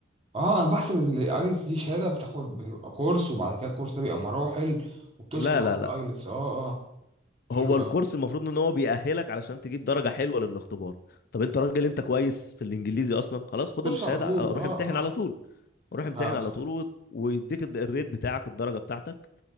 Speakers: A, on the right; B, on the left.
A: اه انا بحسب الايلتس دي شهاده بتاخد بتبقى كورس وبعد كده الكورس ده بيبقى مراحل وبتوصل
B: لا
A: لحد
B: لا لا
A: الايلتس اه اه حلو
B: هو الكورس
A: قوي
B: المفروض ان هو بيأهلك علشان تجيب درجة حلوة للاختبار طب انت راجل انت كويس في الانجليزي اصلا خلاص خد
A: خش
B: الشهادة
A: على طول
B: روح
A: اه
B: امتحن على
A: اه
B: طول روح امتحن
A: فهمت
B: على طول وت- ويديك الد- الريت بتاعك الدرجة بتاعتك